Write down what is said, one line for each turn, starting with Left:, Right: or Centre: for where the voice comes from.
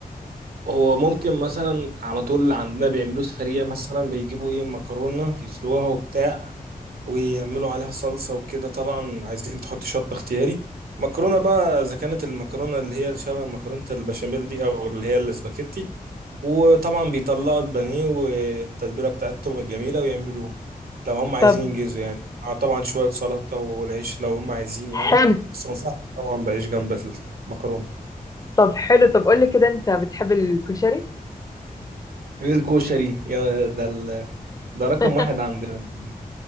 Right: وممكن مثلا على طول عندنا بيعملوه سريع مثلا بيجيبوا ايه مكرونة يسلوها وبتاع ويعملوا عليها صلصة وكده طبعا عايزين تحط شطة اختياري مكرونة بقى إذا كانت المكرونة اللي هي شبه مكرونة البشاميل دي أو اللي هي الاسباجيتي وطبعا بيطلعوا البانيه والتتبيلة بتاعتهم الجميلة ويعملوه لو هم عايزين
Left: طب
Right: ينجزوا يعني مع طبعا شوية سلطة والعيش لو هم عايزين يعني
Left: حلو
Right: بس ما انصحش طبعا بعيش جنب المكرونة
Left: طب حلو طب قول لي كده انت بتحب الكشري
Right: الكشري يا ده ال... ده رقم
Left: <laughs>
Right: واحد عندنا يعني